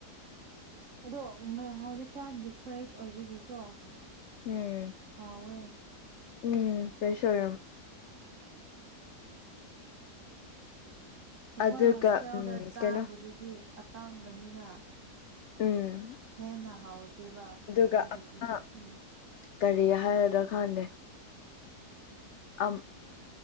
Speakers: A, on the right; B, on the left.
A: ꯑꯗꯣ ꯉ ꯍꯧꯖꯤꯛꯀꯥꯟꯒꯤ ꯐ꯭ꯔꯦꯁ ꯑꯣꯏꯕꯒꯤꯀꯣ
B: ꯎꯝ
A: ꯍꯥꯎꯋꯦ
B: ꯎꯝ ꯐ꯭ꯔꯦꯁ ꯑꯣꯏꯔꯝ
A: ꯑꯩꯈꯣꯏ
B: ꯑꯗꯨꯒ
A: ꯍꯣꯁꯇꯦꯜꯗ
B: ꯎꯝ
A: ꯆꯥꯕꯗꯨꯗꯤ
B: ꯀꯩꯅꯣ
A: ꯑꯀꯪꯕꯅꯤꯅ
B: ꯎꯝ
A: ꯍꯦꯟꯅ ꯍꯥꯎꯗꯦꯕ
B: ꯑꯗꯨꯒ
A: ꯑꯗꯨꯗꯨꯗꯤ
B: ꯑꯃ
A: ꯎꯝ
B: ꯀꯔꯤ ꯍꯥꯏꯔꯗ꯭ꯔꯥ ꯈꯪꯗꯦ ꯑꯝ